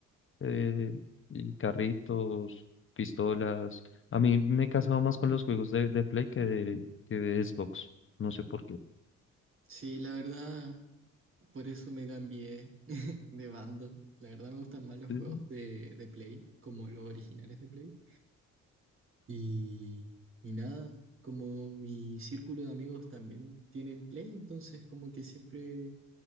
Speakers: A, on the left; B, on the right.
A: eh, y carritos, pistolas. A mí me he casado más con los juegos de, de Play que de, que de Xbox. No sé por qué.
B: Sí, la verdad, por eso me cambié de bando. La verdad me gustan más los
A: Ujú.
B: juegos de, de Play, como los originales de Play. Y, y nada, como mi círculo de amigos también tienen Play, entonces como que siempre